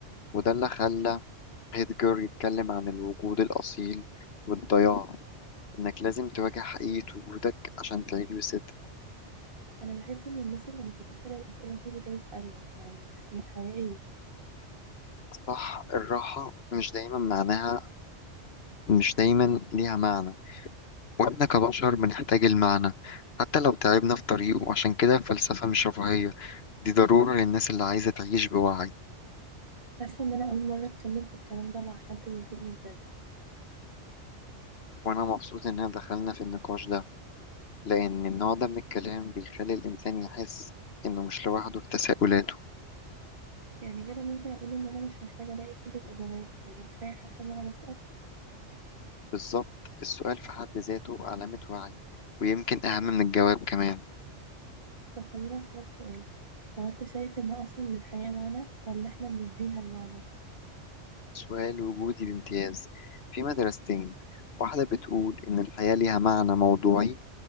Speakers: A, on the left; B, on the right.
A: وده اللي خلى هيدجر يتكلم عن الوجود الأصيل والضياع إنك لازم تواجه حقيقة وجودك عشان تعيش بصدق
B: انا بحس ان الناس اللي مش بتسأل الأسئلة دي بتعيش اريح يعني بس مش حقيقية
A: صح الراحة مش دايما معناها مش دايما ليها معنى وإحنا كبشر بنحتاج المعنى حتى لو تعبنا في طريقه عشان كده الفلسفة مش رفاهية دي ضرورة للناس اللي عايزة تعيش بوعي
B: حاسة ان انا اول مرة اتكلم في الكلام ده مع حد وياخدني بجد
A: وأنا مبسوط إن دخلنا في النقاش ده لأن النوع ده من الكلام بيخلي الإنسان يحس إنه مش لوحده في تساؤلاته
B: يعني كده ممكن اقول ان انا مش محتاجة الاقي كل الاجابات يعني كفاية حتى ان انا بسأل
A: بالظبط السؤال في حد ذاته علامة وعي ويمكن أهم من الجواب كمان
B: طب خليني أسألك سؤال هو أنت شايف إن أصلا للحياة معنى ولا إحنا بنديها المعنى؟
A: سؤال وجودي بامتياز في مدرستين واحدة بتقول إن الحياة ليها معنى موضوعي